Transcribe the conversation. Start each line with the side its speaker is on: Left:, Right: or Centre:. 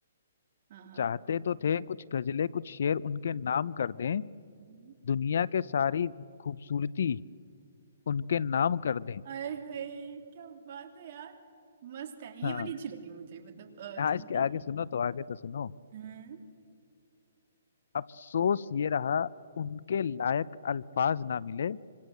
Right: हाँ हाँ।
Left: चाहते तो थे कुछ गजलें कुछ शेर उनके नाम कर दें
Right: हम्म।
Left: दुनिया के सारी खूबसूरती उनके नाम कर दें
Right: अरे अरे, क्या बात है यार मस्त है ये
Left: हाँ
Right: वाली अच्छी लगी मुझे मतलब अ, चाहते
Left: हाँ इसके
Right: थे
Left: आगे सुनो तो आगे तो सुनो
Right: हाँ
Left: अफसोस ये रहा उनके लायक अल्फाज ना मिले